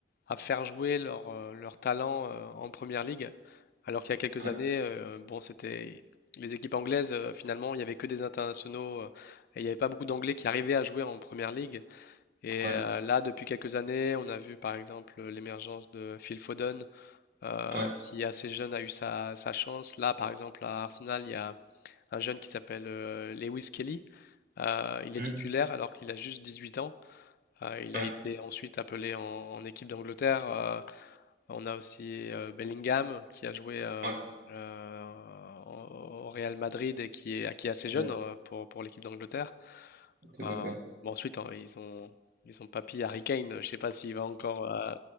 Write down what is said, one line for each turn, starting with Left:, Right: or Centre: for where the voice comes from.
Left: à faire jouer leur, euh, leur talent euh, en première ligue. Alors qu'il y a quelques
Right: Ouais,
Left: années, euh, bon, c'était les équipes anglaises, euh, finalement, il n'y avait que des internationaux euh, et il n'y avait pas beaucoup d'anglais qui arrivaient à jouer en première ligue. Et
Right: ouais,
Left: euh, là, depuis quelques années, on a vu par exemple l'émergence de Phil Foden, euh,
Right: ouais,
Left: qui assez jeune a eu sa, sa chance. Là, par exemple, à Arsenal, il y a un jeune qui s'appelle euh, Lewis Kelly euh, il est
Right: hmm,
Left: titulaire alors qu'il a juste 18 ans. Euh, il
Right: ouais,
Left: a été ensuite appelé en, en équipe d'Angleterre. Euh, on a aussi euh, Bellingham qui a joué euh,
Right: ouais,
Left: euh, en- au Real Madrid et qui est, qui est assez jeune
Right: ouais,
Left: euh, pour, pour l'équipe d'Angleterre.
Right: tout
Left: Euh,
Right: à fait.
Left: bon, ensuite, hein, ils ont, ils ont papy Harry Kane. Je ne sais pas s'il va encore, euh,